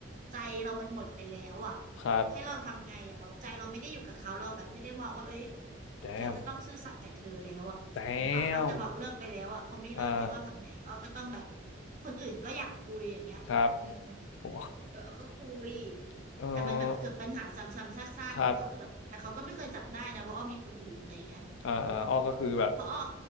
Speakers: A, on the right (about 40°); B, on the left (about 75°).
A: ใจเรามันหมดไปแล้วอะ
B: ครับ
A: ให้เราทำไงอะเราใจเราไม่ได้อยู่กับเขาเราแบบไม่ได้มองว่าเอ้ย
B: แจม
A: ฉันจะต้องซื่อสัตย์กับเธอแล้วอะนึกออกปะแต่บอกเลิกไปแล้วอะเขาไม่เลิกให้อ้อทำไงอ้อก็ต้องแบบ
B: แจมอ่า
A: คนอื่นก็อยากคุยอย่างเงี้ย
B: ครับ
A: <laughs>
B: โอ้
A: เออออก็คุย
B: <laughs> เออ
A: แต่มันแบบเกิดปัญหาซ้ำๆซากๆแต่ก็คือแบบแต่เขาก็ไม่เคยจับได้นะว่าอ้อมีคนอื่นอะไรเงี้ย
B: ครับอ่าอ่าอ้อก็คือแบบ
A: เพราะอ้อ